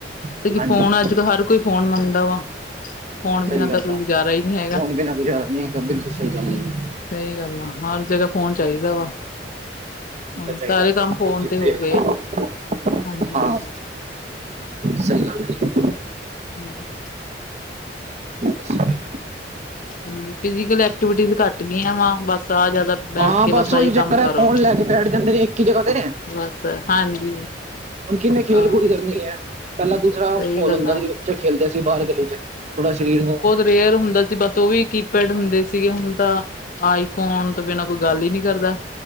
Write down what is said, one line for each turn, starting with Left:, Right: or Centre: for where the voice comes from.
Right: ਹੈ
Left: ਤੇ ਕੀ
Right: ਹਾਂਜੀ
Left: ਫੋਨ ਅੱਜ ਕਲ ਹਰ ਕੋਈ ਫੋਨ ਮੰਗਦਾ ਵਾ। ਫੋਨ
Right: ਸਹੀ
Left: ਬਿਨਾ ਤਾਂ
Right: ਗੱਲ
Left: ਕੋਈ
Right: ਹੈ
Left: ਗੁਜ਼ਾਰਾ ਈ ਨਈ ਹੈਗਾ।
Right: ਫੋਨ ਬਿਨਾਂ ਗੁਜ਼ਾਰਾ ਨਹੀਂ ਹੈਗਾ ਬਿਲਕੁਲ ਸਹੀ ਗੱਲ
Left: ਸਹੀ
Right: ਹੈ ਜੀ
Left: ਗੱਲ ਆ, ਹਰ ਜਗਾ ਫੋਨ ਚਾਈਦਾ ਵਾ। ਹਾਂ
Right: ਚਾਈਦਾ
Left: ਸਾਰੇ ਕੰਮ
Right: ਬੋਤ-ਬੋਤ
Left: ਫੋਨ
Right: ਜਰੂਰੀ
Left: ਤੇ ਹੋ
Right: ਹੈਗਾ
Left: ਗਏ ਆ
Right: ਫੋਨ,
Left: ਹਾਂਜੀ
Right: ਹਾਂ।
Left: ਹਾਂਜੀ
Right: ਸਹੀ ਗੱਲ ਏ।
Left: ਹੂੰ।
Right: ਜੀ
Left: ਹਾਂਜੀ ਫਿਜ਼ੀਕਲ ਐਕਟੀਵਿਟੀਸ ਘੱਟ ਗਈਆਂ ਵਾ ਬਸ ਤਾਂ ਜਾਦਾ ਬੈਠ
Right: ਹਾਂ
Left: ਕੇ ਬਸ ਆਹੀ
Right: ਉਹੀ ਚੱਕਰ
Left: ਕੰਮ
Right: ਹੈ
Left: ਕਰੋ।
Right: ਫੋਨ
Left: ਬਸ
Right: ਲੈ ਕੇ ਬੈਠ ਜਾਂਦੇ ਨੇ ਇੱਕ ਹੀ ਜਗ੍ਹਾ ਤੇ
Left: ਬਸ, ਹਾਂਜੀ।
Right: ਹੁਨ ਕਿਨੇ ਖੇਲ-ਕੂਦ
Left: ਹਾਂ
Right: ਕਰਨੀ ਐ? ਪੈਲਾਂ ਦੂਸਰਾ,
Left: ਸਹੀ
Right: ਮਹੌਲ
Left: ਗੱਲ
Right: ਹੁੰਦਾ
Left: ਆ
Right: ਸੀ ਬੱਚੇ ਖੇਲਦੇ ਸੀ ਬਾਹਰ ਗਲੀ ਚ, ਥੋੜਾ ਸਰੀਰ ਨੂੰ
Left: ਵੇਅਰ ਹੁੰਦਾ ਸੀ ਬਸ ੳਵੀ ਕੀ-ਪੈਡ ਹੁੰਦੇ ਸੀਗੇ, ਹੁਨ ਤਾਂ ਆਈਫੋਨ ਤੋਂ ਬਿਨਾ ਕੋਈ ਗੱਲ ਈ ਨੀ ਕਰਦਾ,